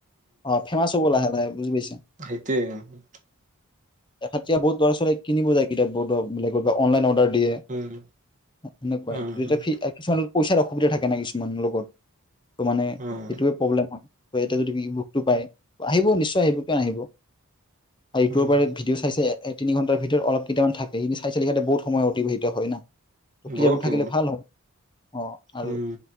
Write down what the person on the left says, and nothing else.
অ ফেমাচ হ'ব লাহে লাহে বুজি পাইছা
এখততি বহুত লৰা-ছোৱালীয়ে কিনিব যায় কিতাপব বান কব অনলন অৰ্ডাৰ দিয়ে। এনেকুৱাই
যেয়া একে। পইচাৰ অসুবিধা থাকে না কিছুমান লগত। ত মানে সেইটোয়ে
প্ৰব্লেম হয় ইয়াতে যদি বুকটো পায় আহিব নিশ্চয় আহিব কিয় নাহিব আহিব। আৰু ইউটিউবত
পৰা ভিডিঅ' চাইছে। তিনিঘন্টাৰ ভিতৰত অলপ কেইতা মান থাকেই নাই চিহঁ বহু সময় অতিবাহিত। হয় ন। ত কয়োৰ
থাকিলে ভাল হ অ আৰু